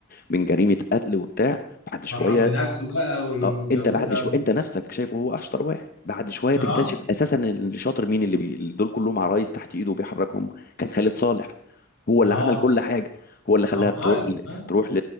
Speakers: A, on the left; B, on the left.
A: من جريمه قتل وبتاع بعد شويه
B: فرحان بنفسه بقى وال-
A: اه
B: واتجوزها
A: انت بعد شويه
B: و...
A: انت نفسك شايفه هو اشطر واحد بعد شويه
B: اه
A: تكتشف اساسا ان اللي شاطر مين اللي بي... دول كلهم عرايس تحت ايده وبيحركهم كان خالد صالح هو
B: اه
A: اللي عمل كل حاجه هو اللي خلاها
B: عبقري
A: تروح ل...
B: اه
A: تروح ل...